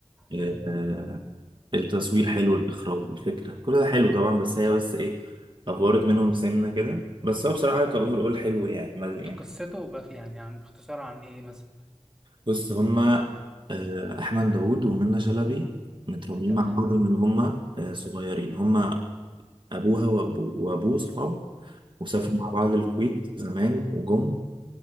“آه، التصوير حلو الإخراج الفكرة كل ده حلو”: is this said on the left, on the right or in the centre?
Right